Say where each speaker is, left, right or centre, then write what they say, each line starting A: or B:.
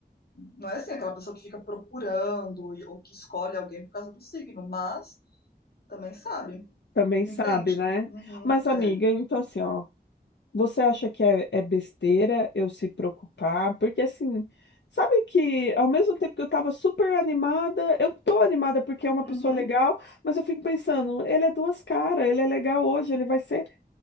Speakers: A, on the left; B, on the left.
A: Não é assim aquela pessoa que fica procurando e- ou que escolhe alguém por causa do signo, mas também sabe.
B: também sabe,
A: Entende?
B: né?
A: Uhum,
B: Mas, amiga,
A: é.
B: então assim, ó, você acha que é, é besteira eu se preocupar? Porque assim, sabe que ao mesmo tempo que eu tava super animada, eu tô animada porque é uma
A: Uhum,
B: pessoa legal, mas eu fico pensando, ele é duas caras, ele é legal hoje, ele vai ser